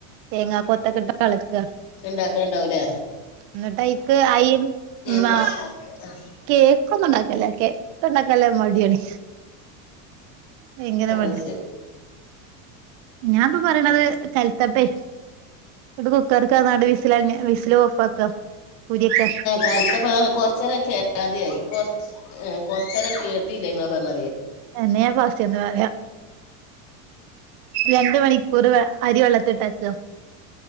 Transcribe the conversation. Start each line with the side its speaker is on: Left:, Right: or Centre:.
Right: തേങ്ങകൊത്തൊക്കെയിട്ടിട്ടുഅളക്ക
Left: ഉണ്ടാക്കലുണ്ടാവൂലേ
Right: എന്നിട്ടതിലേക്കു അയി <unintelligible>
Left: കേക്ക് <unintelligible>
Right: കേക്കൊന്നുമുണ്ടാക്കില്ല, കേക്കൊക്കെയുണ്ടാക്കാൻ മടിയാണ്. ഭയങ്കര
Left: അത്
Right: മടി
Left: ശരി
Right: ഞാൻനിപ്പോ പറയണത് കലത്തപ്പേ, ഇതു കുക്കർക്കു നാലു വിസിലുകഴിഞ്ഞാ വിസിലോഫാക്കാം ഊരി വെക്ക
Left: കലത്തപ്പം കൊറച്ചുനേരമൊക്കെ കേക്കാതെയായി, കൊറച്ച്, ഉം.. കുറച്ചുനേരം കേ കെട്ടിയില്ലെ ഇങ്ങൾ പറഞ്ഞതേ
Right: എന്നഞാ ഫസ്റ്റീന്ന് ന്നു പറയാ രണ്ടുമണിക്കൂറ് അരിവെള്ളത്തിലിട്ടേക്കും